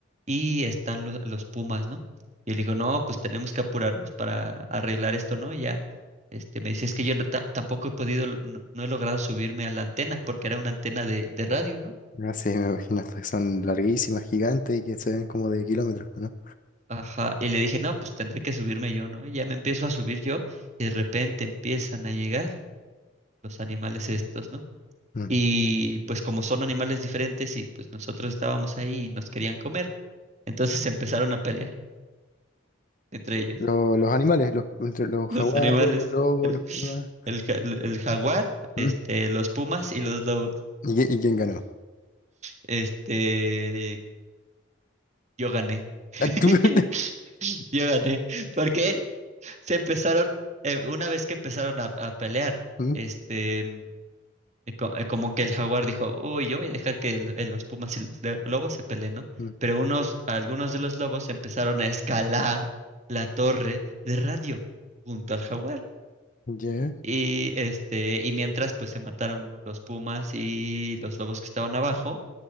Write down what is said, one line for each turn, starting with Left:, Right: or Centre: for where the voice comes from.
Right: y están lo- los pumas, ¿no? Y él dijo, no, pues tenemos que apurarnos para arreglar esto, ¿no? Y ya, este, me dice, es que yo no ta- tampoco he podido, no, no he logrado subirme a la antena, porque era una antena de, de radio, ¿no?
Left: Ah, sí, me imagino, estas que son larguísimas, gigantes y que se ven como de kilómetros, ¿no?
Right: Ajá, y le dije, no, pues tendré que subirme yo, ¿no? Y ya me empiezo a subir yo y de repente empiezan a llegar los animales estos, ¿no?
Left: Mm.
Right: Y pues como son animales diferentes y pues nosotros estábamos ahí y nos querían comer, entonces <laughs> empezaron a pelear entre ellos,
Left: Lo- los animales, los, entre los
Right: los
Left: jaguares,
Right: animales,
Left: los lobos,
Right: el,
Left: los pumas.
Right: el, ja- el jaguar,
Left: ¿Mm?
Right: este, los pumas y los lobos.
Left: ¿Y, qui- y quién ganó?
Right: Este, yo gané. <laughs>
Left: Ah, ¿Tú? <laughs>
Right: Yo gané. ¿Por qué? Se empezaron, eh, una vez que empezaron a, a pelear,
Left: ¿Mm?
Right: este, Es, co- es como que el jaguar dijo, uy, yo voy a dejar que el- el- los pumas y los le- lobos se peleen, ¿no?
Left: ¿Mm?
Right: Pero unos, algunos de los lobos empezaron a escalar la torre de radio junto al jaguar.
Left: ¿Ya?
Right: Y este, y mientras pues se mataron los pumas y los lobos que estaban abajo,